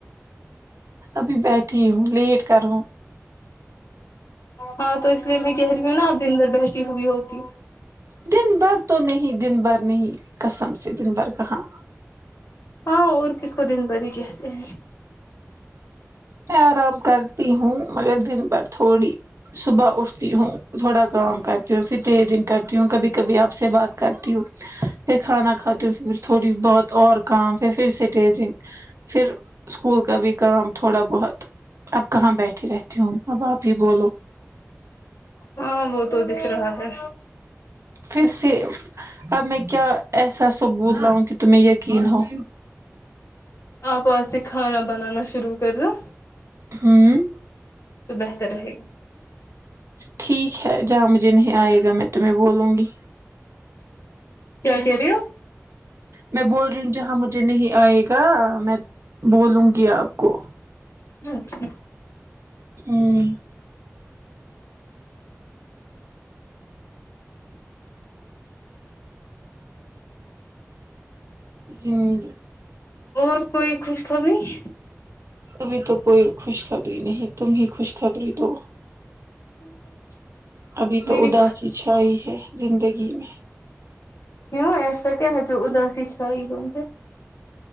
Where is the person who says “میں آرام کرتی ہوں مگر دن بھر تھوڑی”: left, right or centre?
Right